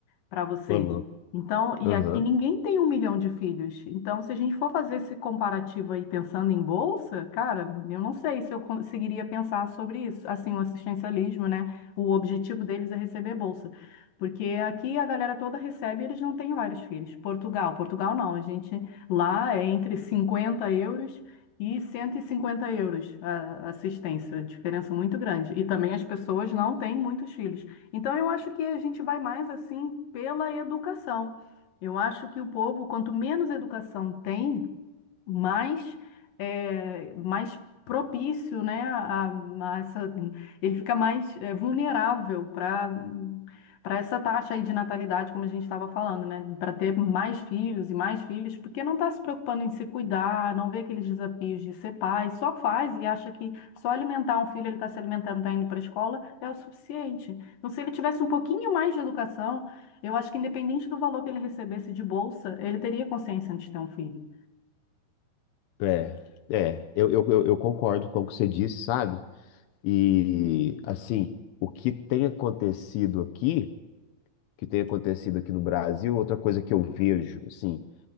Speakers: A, on the left; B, on the left.
A: para vocês.
B: Ou não.
A: Então, e
B: Aham.
A: aqui ninguém tem um milhão de filhos. Então, se a gente for fazer esse comparativo aí pensando em bolsa, cara, eu não sei se eu conseguiria pensar sobre isso, assim, o assistencialismo, né? O objetivo deles é receber bolsa. Porque aqui a galera toda recebe e eles não têm vários filhos. Portugal, Portugal não. A gente lá é entre 50 euros e 150 euros a assistência. Diferença muito grande. E também as pessoas não têm muitos filhos. Então eu acho que a gente vai mais assim pela educação. Eu acho que o povo, quanto menos educação tem, mais, é, mais propício, né, a, a essa, ele fica mais é, vulnerável para para essa taxa aí de natalidade, como a gente estava falando, né, para ter mais filhos e mais filhos, porque não está se preocupando em se cuidar, não vê aqueles desafios de ser pai, só faz e acha que só alimentar um filho, ele está se alimentando, está indo para a escola, é o suficiente. Então, se ele tivesse um pouquinho mais de educação, eu acho que independente do valor que ele recebesse de bolsa, ele teria consciência antes de ter um filho.
B: É, é, eu, eu, eu eu concordo com o que você disse, sabe? E, assim, o que tem acontecido aqui, o que tem acontecido aqui no Brasil, outra coisa que eu vejo, assim,